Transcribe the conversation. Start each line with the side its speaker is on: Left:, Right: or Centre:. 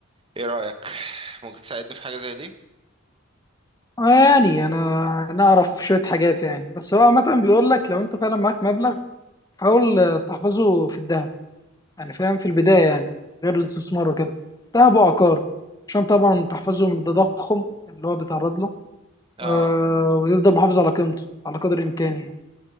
Right: ايه رايك ممكن تساعدني في حاجه زي دي
Left: آه، يعني انا انا اعرف شويه حاجات يعني بس هو عامه بيقول لك لو انت فعلا معاك مبلغ حاول آه، تحفظه في الذهب يعني فاهم في البدايه يعني غير الاستثمار وكده ذهب وعقار عشان طبعا تحفظه من التضخم اللي هو بيتعرض له
Right: اه
Left: آه ويفضل محافظ على قيمته على قدر الامكان يعني